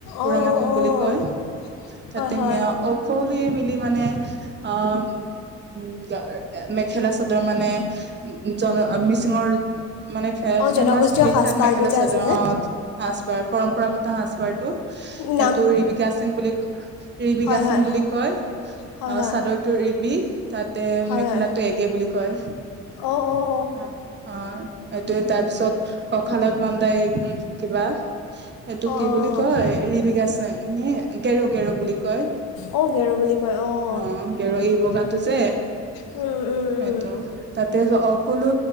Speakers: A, on the left (about 50°); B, on the right (about 25°).
A: অঁ
B: পুৰাণা পিঙ
A: অঁ অঁ
B: বুলি কয়। তাতে
A: হয় হয়
B: অকলে মিলি মানে অ, উম, মেখেলা চাদৰ মানে উম, জন মিচিঙৰ মানে
A: অঁ
B: ফেমাচ
A: জনগোষ্ঠীয়
B: বিখ্যাত
A: সাজপাৰটো
B: মেখেলা
A: যে
B: চাদৰ
A: আছে যে
B: অ সাজ পাৰ পৰম্পৰাগত সাজ পাৰটো
A: উম
B: এইটো ৰিবিকা সিং বুলি ক ৰিবিকা
A: হয় হয়
B: সিং বুলি কয় অ,
A: হয় হয়
B: চাদৰটো ৰিবিক তাতে
A: হয়
B: মেখেলাটো
A: হয়
B: এগে বুলি কয়
A: অঁ অঁ
B: অ - অ এইটো তাৰ পিছত কখালত বানদাই এই উম, কিবা এইটো
A: অঁ অঁ অঁ
B: কি বুলি কয় ৰিবিগা এনে গেৰ - গেৰ বুলি কয়।
A: অঁ গেৰু বুলি কয় অঁ
B: অ গেৰ এই বগাটো যে
A: উম - উম।
B: সেইটো
A: উম।
B: তাতে অকলো